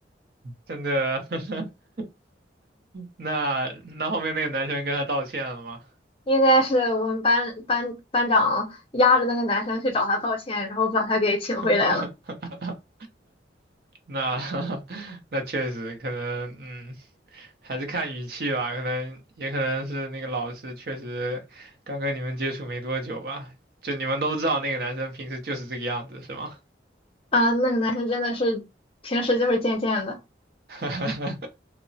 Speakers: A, on the right; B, on the left.
A: 真的？<laughs> 那那后面那个男生跟他道歉了吗？
B: 应该是我们班班班长压着那个男生去找他道歉，然后把他给请回来了。
A: <laughs> 那 <laughs> 那确实可能，嗯，还是看语气吧，可能也可能是那个老师确实刚跟你们接触没多久吧，就你们都知道那个男生平时就是这个样子，是吗？
B: 啊、那个男生真的是平时就是贱贱的
A: <laughs>